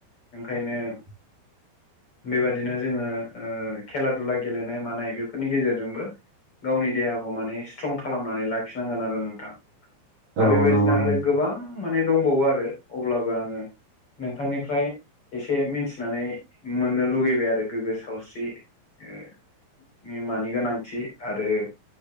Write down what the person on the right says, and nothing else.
<inaudible>
औ
नंगौ नंगौ